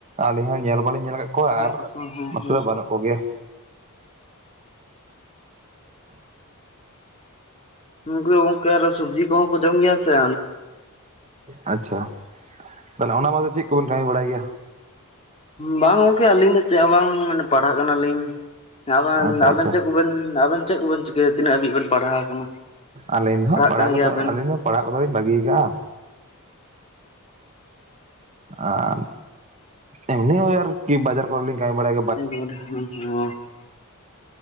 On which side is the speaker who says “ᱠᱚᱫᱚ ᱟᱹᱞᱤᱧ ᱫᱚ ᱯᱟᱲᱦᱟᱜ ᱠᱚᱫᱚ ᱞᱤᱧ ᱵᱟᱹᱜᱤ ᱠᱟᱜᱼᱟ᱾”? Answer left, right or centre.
Right